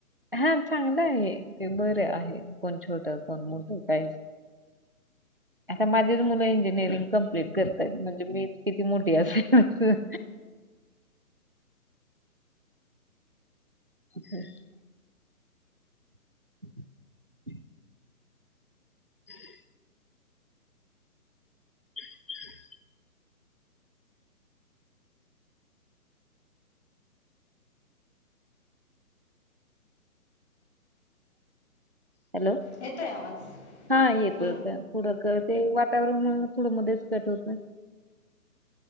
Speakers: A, on the right; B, on the left.
A: हा, चांगलं आहे. ते बरे आहे, कोण छोट कोण मोठं का
B: ह
A: आता माझीच मुलं इंजिनिअरिंग कम्प्लीट करतय मी किती मोठी असेल. <inaudible> <inaudible> <inaudible> <inaudible> हॅलो
B: येतोय आवाज
A: हा येतो
B: बोला
A: येतोय <unintelligible> वाट त्यामुळे <unintelligible> मध्येच कट होत.